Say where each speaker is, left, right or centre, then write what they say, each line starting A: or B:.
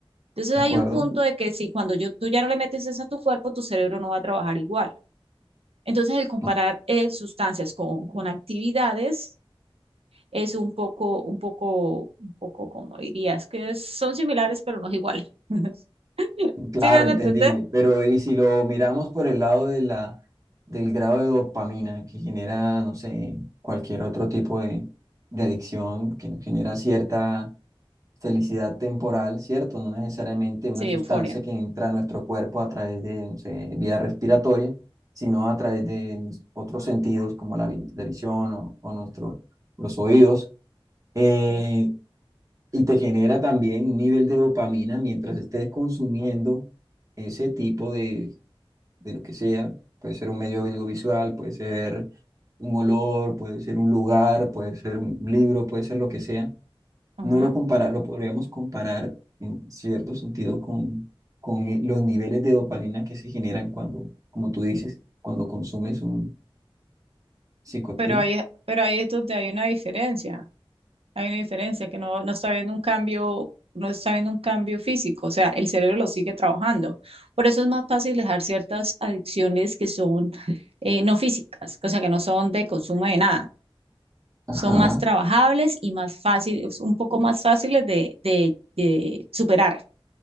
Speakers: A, on the right; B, on the right.
A: Entonces
B: de
A: hay
B: acuerdo.
A: un punto de que si cuando yo, tú ya no le metes eso a tu cuerpo, tu cerebro no va a trabajar igual. Entonces el comparar
B: ok.
A: eh, sustancias con, con, actividades es un poco, un poco, un poco, como dirías, que son similares pero no es igual. <laughs>
B: Claro,
A: ¿Sí me hago
B: entendible,
A: entender?
B: pero y si lo miramos por el lado de la, del grado de dopamina que genera, no sé, cualquier otro tipo de, de adicción que nos genera cierta felicidad temporal, ¿cierto? No necesariamente una
A: Sí,
B: sustancia
A: euforia.
B: que entra a nuestro cuerpo a través de, no sé, vía respiratoria, sino a través de otros sentidos como la, vi- la visión o, o nuestro, los oídos. Eh,
A: Sí.
B: y te genera también un nivel de dopamina mientras estés consumiendo ese tipo de, de lo que sea. Puede ser un medio audiovisual, puede ser un olor, puede ser un lugar, puede ser un libro, puede ser lo que sea.
A: Uh
B: No
A: -huh.
B: lo compara, lo podríamos comparar en cierto sentido con, con eh, los niveles de dopamina que se generan cuando, como tú dices, cuando consumes un psicoactivo.
A: Pero ahí, es- pero ahí es donde hay una diferencia, hay una diferencia que no, no está viendo un cambio, no está viendo un cambio físico, o sea, el cerebro lo sigue trabajando. Por eso es más fácil dejar ciertas adicciones que son eh, no físicas, o sea, que no son de consumo de nada,
B: Ajá,
A: son más trabajables y más fáciles, un poco más fáciles de, de de superar